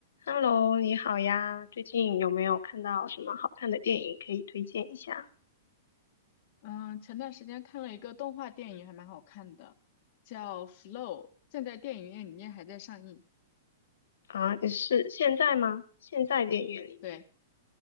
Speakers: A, on the left; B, on the left.
A: Hello，你好呀，最近有没有看到什么好看的电影可以推荐一下？
B: 嗯，前段时间看了一个动画电影，还蛮好看的，叫《Flow》，现在电影院里面还在上映。
A: 啊，你是现在吗？现在电影院里面，
B: 对，